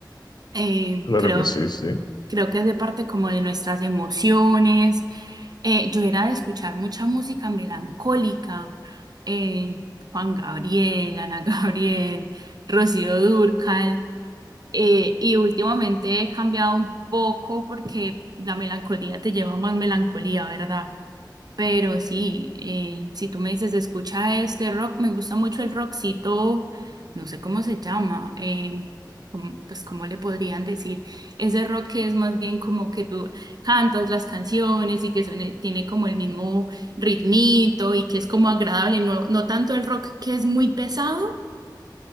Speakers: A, on the right; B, on the left.
A: Eh,
B: Claro
A: creo,
B: que sí, sí.
A: creo que hace parte como de nuestras emociones eh, yo era de escuchar mucha música melancólica, eh, Juan Gabriel, Ana <laughs> Gabriel, Rocío Dúrcal, eh, y últimamente he cambiado un poco porque la melancolía te lleva a más melancolía, ¿verdad? Pero sí, eh, si tú me dices, escucha este rock, me gusta mucho el rockcito, no sé cómo se llama, eh, como- pues cómo le podrían decir, ese rock que es más bien como que tú cantas las canciones y que suene- tiene como el mismo ritmito y que es como agradable, no, no tanto el rock que es muy pesado,